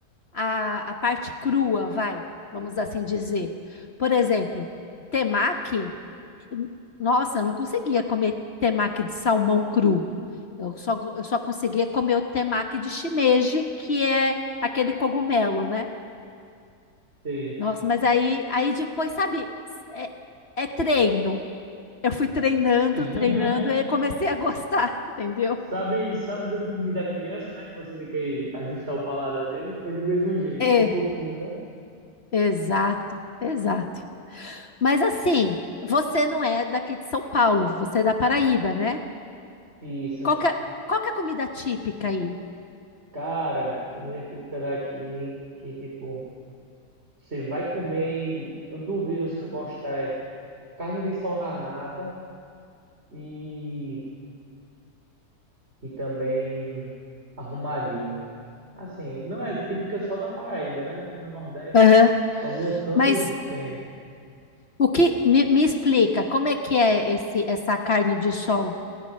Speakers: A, on the left; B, on the right.
A: a, a parte crua, vai, vamos assim dizer. Por exemplo, temaki nossa, eu não conseguia comer temaki de salmão cru. Eu só, go- eu só conseguia comer o temaki de shimeji, que é aquele cogumelo, né?
B: Sim.
A: Nossa, mas aí, aí depois, sabe, é, é treino. Eu fui treinando,
B: <laughs>
A: treinando, e aí comecei a gostar, <laughs> entendeu?
B: Sabe, sabe dando comida à criança, né? Que você tem que ajustar o paladar deles. Foi do mesmo jeito,
A: É,
B: de pouquinho, né?
A: exato, exato. Mas assim, você não é daqui de São Paulo, você é da Paraíba, né?
B: Isso.
A: Qual que é, qual que é a comida típica aí?
B: Cara, comida típica daqui, que tipo, você vai comer e eu duvido você não gostar. É carne de sol na nata e, e também arrumadinho. Assim, não é típica só da Paraíba, né? Aqui no Nordeste,
A: Aham.
B: alguns cantos
A: Mas
B: tem.
A: O que me, me explica como é que é esse essa carne de sol?